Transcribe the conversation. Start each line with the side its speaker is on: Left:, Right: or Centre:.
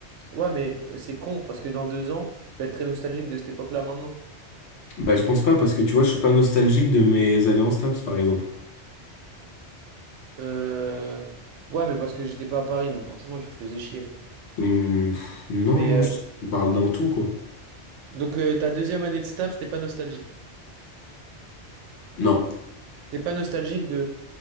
Right: Ouais, mais euh, c'est con parce que dans deux ans, tu vas être très nostalgique de cette époque-là maintenant.
Left: Bah je pense pas parce que tu vois, je suis pas nostalgique de mes années en STAPS, par exemple.
Right: Euh... Ouais, mais parce que j'étais pas à Paris, donc forcément, je te faisais chier.
Left: Hum, pff, non,
Right: Mais
Left: non,
Right: euh,
Left: je je parle d'un tout, quoi.
Right: donc euh, ta deuxième année de STAPS, t'es pas nostalgique.
Left: Non,
Right: T'es pas nostalgique de